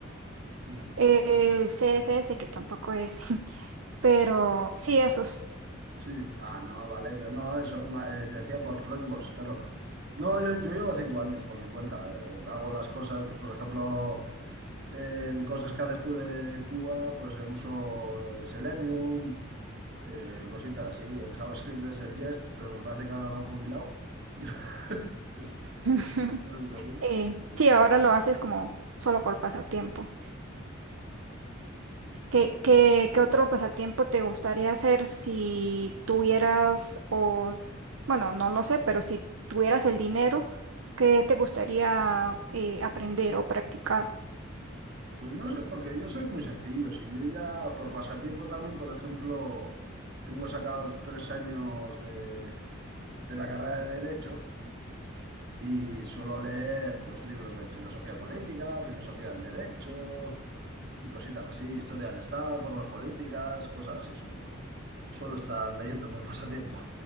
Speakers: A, on the right; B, on the right.
A: <laughs>
B: eh, el CSS, que tampoco es. <laughs> Pero sí, esos.
A: Sí, ah, no, vale, pero no, eso ma- eh, te decía por frameworks, claro. No, yo, yo llevo cinco años por mi cuenta. eh, hago las cosas, pues por ejemplo, en cosas que haces tú de Cuba, pues eh, uso eh, Selenium, eh, cositas así. En JavaScript es el Jest, pero me parece que ahora lo han jubilado. <laughs>
B: <laughs>
A: No estoy seguro,
B: Eh,
A: sí.
B: sí, ahora lo haces como solo por pasatiempo. ¿Qué, qué, qué otro pasatiempo te gustaría hacer si tuvieras, o bueno, no lo sé, pero si tuvieras el dinero, ¿qué te gustaría eh, aprender o practicar?
A: Pues no sé, porque yo soy muy sencillo. Si yo ya, por pasatiempo también, por ejemplo, tengo sacados tres años de, de la carrera de Derecho. Y suelo leer pues libros de filosofía política, filosofía del derecho y cositas así, historia del Estado, formas políticas, cosas así suelo, suelo estar leyendo por <laughs> pasatiempo.